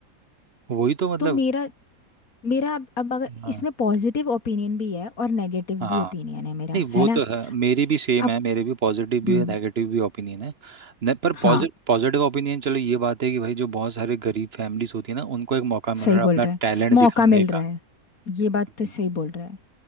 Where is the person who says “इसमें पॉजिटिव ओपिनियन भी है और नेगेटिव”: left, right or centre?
Left